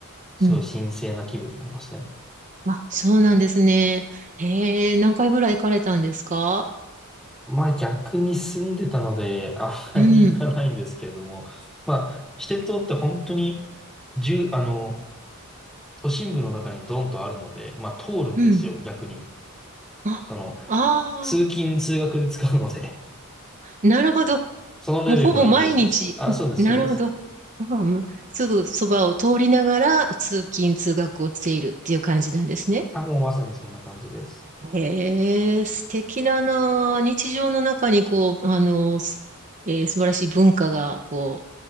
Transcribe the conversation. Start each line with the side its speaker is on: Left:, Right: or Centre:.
Centre: すごい神聖な気分になりますね。
Right: うん。あ、そうなんですね。へえ、何回ぐらい行かれたんですか
Centre: まあ逆に住んでたので、あまり行かないんですけれども、
Right: うん、
Centre: まあ、シテ島って本当に、住あの、都心部の中にドンとあるので、まあ通るんですよ、
Right: うん。
Centre: 逆に。
Right: あ、
Centre: その、
Right: ああ、
Centre: 通勤通学で使うので、
Right: なるほど。
Centre: <laughs> そのレベルのイメージです。
Right: もうほぼ毎日。
Centre: あ、そうです、
Right: なるほど。
Centre: そうです。
Right: ああまあすぐそばを通りながら通勤通学をしているっていう感じなんですね。
Centre: あ、もうまさにそんな感じです。
Right: へえ、素敵だなあ。日常の中にこう、あの、すえー素晴らしい文化がこ